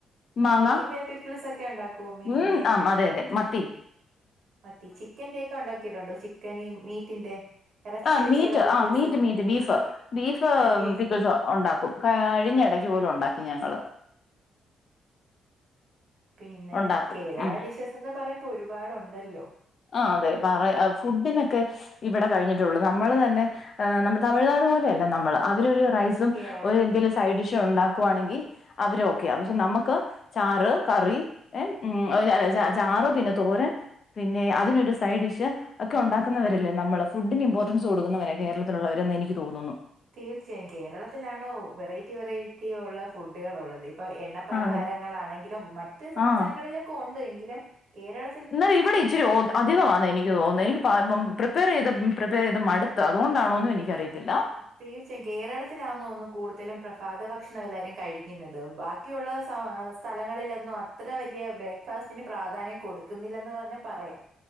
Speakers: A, on the left; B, on the right.
A: മാങ്ങ
B: മീന്റെ പിക്കിൾസ് ഒക്കെ ഉണ്ടാക്കുവോ മീന്റെ
A: ഉം ആഹ് അതെ അതെ മത്തി
B: മത്തി ചിക്കന്റെയൊക്കെ ഉണ്ടാക്കിട്ടുണ്ടോ ചിക്കന് മീറ്റിന്റെ ഇറച്ചി
A: ആഹ്
B: വെച്ചുള്ള
A: മീറ്റ്
B: pickles
A: ആ meat meat beef beef
B: beef
A: pickles ഒണ്ടാക്കും. കഴിഞ്ഞ എടക്ക് പോലും ഒണ്ടാക്കി ഞങ്ങള്
B: പിന്നെ
A: ഉണ്ടാക്കും
B: കേരള
A: ഉം
B: ഡിഷസ് എന്ന് പറയുമ്പൊ ഒരുപാടുണ്ടല്ലോ
A: ആഹ് അതെ പറ
B: ഇപ്പൊ
A: ഫുഡിനൊക്കെ ഇവടെ കഴിഞ്ഞിട്ടെള്ളൂ. നമ്മള് തന്നെ ഏ നമ്മ തമിഴ്നാട് പോലെയല്ലേ നമ്മള് അവരൊരു റൈസും
B: കേരളത്തിൽ
A: ഒര് എന്തെലും സൈഡ് ഡിഷ് ഉണ്ടാക്കുവാണങ്കി അവര് ഓക്കെ പക്ഷെ നമ്മക്ക് ചാറ്, കറി ഉം ചാറ് പിന്നെ തോരൻ പിന്നെ അതിനൊരു സൈഡ് ഡിഷ് ഒക്കെ ഒണ്ടാക്കുന്നവരല്ലേ നമ്മള് ഫുഡ്ന് ഇമ്പോ ർട്ടന്റ്സ് കൊടുക്കുന്നവരാ
B: ആ,
A: കേരളത്തിലുള്ളവരെന്ന് എനിക്ക് തോന്നുന്നു
B: തീർച്ചയായും കേരളത്തിലാണോ വെറൈറ്റി വെറൈറ്റി ഉള്ള ഫുഡുകള് ഉള്ളത് ഇപ്പോ എണ്ണ പലഹാരങ്ങ
A: അതെ
B: ങ്ങളാണങ്കിലും മറ്റ് സംസ്ഥാനങ്ങളിലൊക്കെ
A: ആഹ്
B: ഉണ്ട് എങ്കിലും കേരള
A: ഇന്നല് ഇവിടെ ഇച്ചിരി ഓ അധികവാണ് എനി ക്ക് തോന്ന എനിക്ക് പ്രിപ്പയറെയ്ത് പ്രിപ്പയറെയ്ത് മട്ത്ത് അതുകൊണ്ടാണോന്നും എനിക്കറിയത്തില്ല
B: തീർച്ചയായും കേരളത്തിലാന്നോ ഒന്ന് കൂടുതലും പ്രഭാത ഭക്ഷണം എല്ലാവരും കഴിക്കുന്നത് ബാക്കിയുള്ള സ സ്ഥലങ്ങളിലെന്നും അത്ര വല്ല്യ ബ്രേക്ക്ഫാസ്റ്റിന് പ്രാധാന്യം കൊടുക്കുന്നില്ലെന്ന് തന്നെ പറയാം.